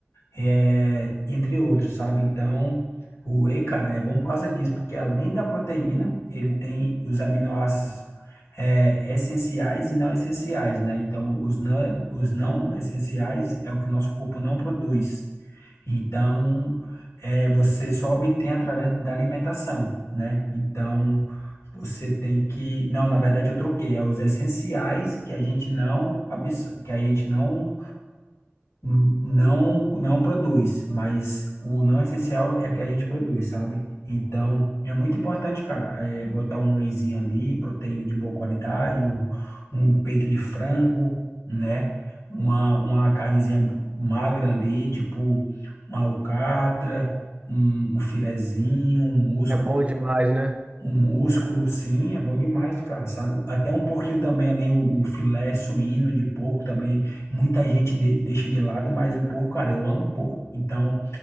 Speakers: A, on the left; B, on the right.
A: é, entre outros, sabe? Então, o whey, cara, é bom por causa disso, porque além da proteína, ele tem os aminoácidos é, essenciais e não essenciais, né? Então, os não, os não essenciais é o que o nosso corpo não produz. Então, é, você só obtém através da alimentação, né? Então, você tem que... Não, na verdade, eu troquei. É os essenciais que a gente não, absor- que a gente não n- não não produz, mas o não essencial é que a gente produz, sabe? Então, é muito importante, cara, é, botar um wheyzinho ali, proteína de boa qualidade, um, um peito de frango, né? Uma, uma carnezinha b- magra ali, tipo uma alcatra, um, um filezinho, um músculo
B: É bom demais, né?
A: o músculo, sim, é bom demais, cara, sabe? Até um pouquinho também ali, o, o filé suíno de porco também, muita gente de- deixa de lado, mas o porco, cara, eu amo porco. Então,